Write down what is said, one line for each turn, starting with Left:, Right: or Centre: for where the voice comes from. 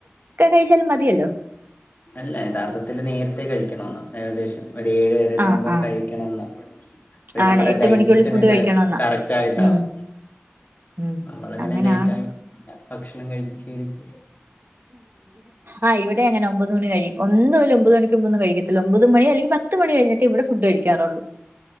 Right: കഴിച്ചാലും മതിയല്ലോ
Left: അല്ല യഥാർത്ഥത്തിൽ നേരത്തെ കഴിക്കണം ന്നാ ഏകദേശം ഒരു ഏഴ് ഏഴര
Right: ആ
Left: ആകുമ്പോ
Right: ആ
Left: കഴി ക്കണം ന്നാ അപ്പൊ
Right: ആണ്
Left: നമ്മുടെ
Right: എട്ട്
Left: ഡൈജസ്റ്റൻ
Right: മണിക്കുള്ളിൽ ഫുഡ്
Left: ഒക്കെ
Right: കഴിക്കണോന്നാ.
Left: കറക്റ്റ് ആയിട്ടാവും
Right: ഉം ഉം
Left: നമ്മളങ്ങനെ
Right: അങ്ങനാണ്.
Left: ലേറ്റായി ഭക്ഷണം കഴിച്ചു ശീലിച്ചു
Right: ആഹ് ഇവിടെ എങ്ങനെ ഒമ്പത് മണി കഴിയും ഒന്നുമില്ല ഒമ്പത് മണിക്ക് മുമ്പൊന്നും കഴിക്കത്തില്ല ഒമ്പത് മണി അല്ലെങ്കിൽ പ പത്ത് മണി കഴിഞ്ഞിട്ടേ ഇവിടെ ഫുഡ് കഴിക്കാറൊള്ളൂ